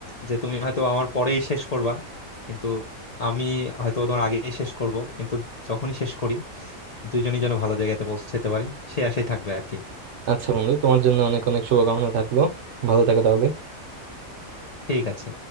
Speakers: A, on the left; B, on the right.
A: যে তুমি হয়তো আমার পরেই শেষ করবা কিন্তু আমি হয়তো তোমার আগেই শেষ করব কিন্তু যখনই শেষ করি দুইজনই যেন ভালো জায়গাতে পৌঁছাতে পারি সে আশাই থাকবে আর কি
B: আচ্ছা বন্ধু তোমার জন্য অনেক অনেক শুভকামনা থাকলো ভালো থাকো তাহলে
A: ঠিক আছে